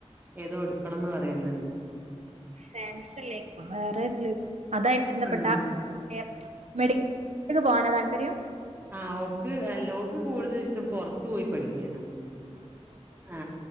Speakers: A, on the right; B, on the right.
A: ഏതോ എടുക്കണമെന്ന് പറയുന്നുണ്ട്.
B: സയൻസല്ലേ വേറെതില് അതായി ബന്ധപ്പെട്ട
A: ഉം
B: എ മെഡിക്കൽ പോകാനാ താൽ തെരിയും.
A: ആ ഓക്ക് അല്ല ഓക്ക് കൂടുതലിഷ്ടം പൊറത്തു പോയി പഠിക്കാനാ. ആ